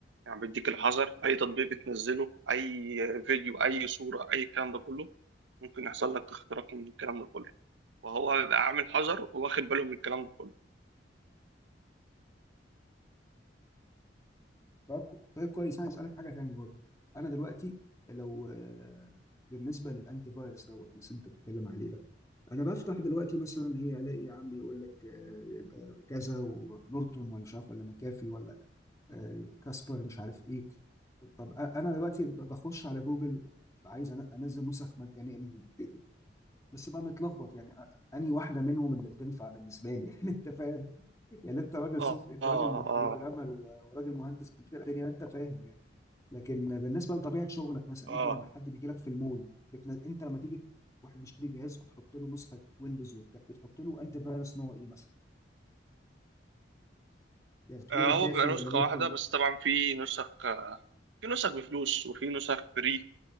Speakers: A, on the right; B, on the left.
A: يعني بيديك الحذر اي تطبيق بتنزله اي فيديو اي صورة اي الكلام ده كله ممكن يحصل لك اختراق من الكلام ده كله وهو بيبقى عامل حذر واخد باله من الكلام ده كله
B: طيب ك- طيب كويس أنا هسألك حاجة تانية برضه أنا دلوقتي لو آه، بالنسبة للأنتي فيروس دوت مثلا أنت بتتكلم عليه ده انا بفتح دلوقتي مثلا ايه الاقي يا عم يقول لك آه، يبقى كذا ونورتون ولا مش عارف ولا مكافي ولا آه، كاسبر مش عارف ايه طب أ- انا دلوقتي ب- بخش على جوجل عايز أن- انزل نسخ مجانيه منهم بس بقى متلخبط يعني أ- انهي واحده منهم اللي بتنفع بالنسبه لي <laughs> يعني انت فاهم يعني انت راجل
A: اه
B: سوف انت
A: اه
B: راجل
A: اه
B: بروجرامر و- وراجل مهندس كمبيوتر الدنيا يعني انت فاهم يعني لكن بالنسبه لطبيعه شغلك مثلا
A: اه
B: انت لما حد بيجي لك في المول بتن... انت لما تيجي واحد مشتري جهاز بتحط له نسخه ويندوز وبتاع بتحط له انت فيروس نوع ايه مثلا يعني بتحط
A: آه،
B: له مكافي
A: هو بيبقى
B: ولا
A: نسخة
B: نورتون
A: واحدة بس طبعا في نسخ في نسخ بفلوس وفي نسخ فري